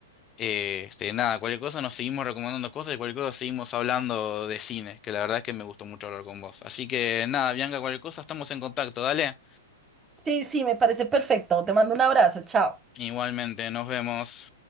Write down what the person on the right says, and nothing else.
Sí, sí, me parece perfecto. Te mando un abrazo, chao.